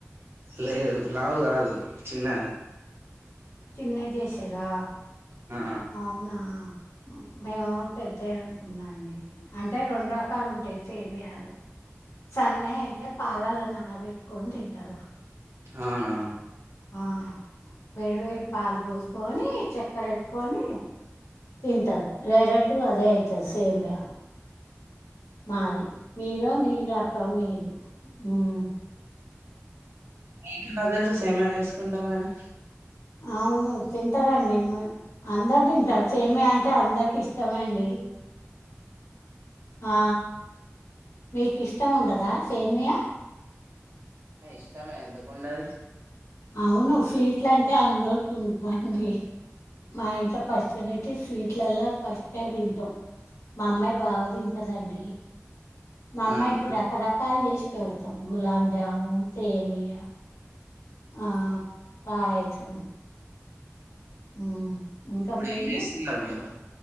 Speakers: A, on the right; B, on the left.
A: లేదు లావు కాదు చిన్న.
B: చిన్నగ చేసిండ్రా
A: ఆ
B: అవునా మే. పెద్దవి అనుకున్నాండి అంటే రెండు రకాలు ఉంటాయి సేమియాలు. సన్నవైతే పాలాల నాన పెట్టుకొని తింటారు.
A: అవునా.
B: ఆహ్ వేడి వేడి పాలు పోసుకొని చక్కెర వేసుకొని. తింటారు లైరట్టు అదే అయితది సేమ్య మాది మీరు మీ రకం మీరు మ్మ్
A: మీకెలా తెలుసు సేమ్యా చేసుకుంటామని
B: అవును తింటారండి అందరు తింటారు సేమే అంటే అందరికి ఇష్టమే అండి ఆ మీకు ఇష్టం ఉండదా సేమియా
A: ఇష్టమే ఎందుకుండదు.
B: అవును సీట్లు అంటే అందరికి <unintelligible> అండి. మా ఇంట్లో ఫంక్షన్ అయితే స్వీట్లాలా ఫస్టే తింటాం. మా అమ్మాయి బాగాతింటాదండి. మా అమ్మాయికి
A: ఆహా
B: రకరకాలు చేసి పెడతాం గులాబ్జాము సేమియా. ఆహ్ పాయసం. ఉమ్ ఇంకా
A: ఇప్పుడు
B: మీరు.
A: ఏం చేస్తున్నారు మీరు